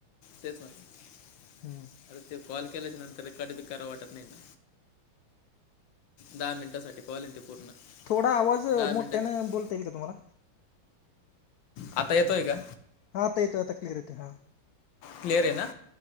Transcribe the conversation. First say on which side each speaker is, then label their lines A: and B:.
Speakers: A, on the left; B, on the left.
A: तेच म्हण
B: हम्म
A: ते कॉल केल्याचे नंतर रेकॉर्ड बी कराव वाटत नाही ना. दहा मिनिटांसाठी पावलेन ते पूर्ण.
B: थोडा आवाज
A: दहा
B: मोठ्यानं
A: मिनिटात
B: बोलता येईल का तुम्हाला.
A: आता येतोय का.
B: हा ते यथ आता येतोय, कलीरती हा.
A: क्लिअर आहे ना?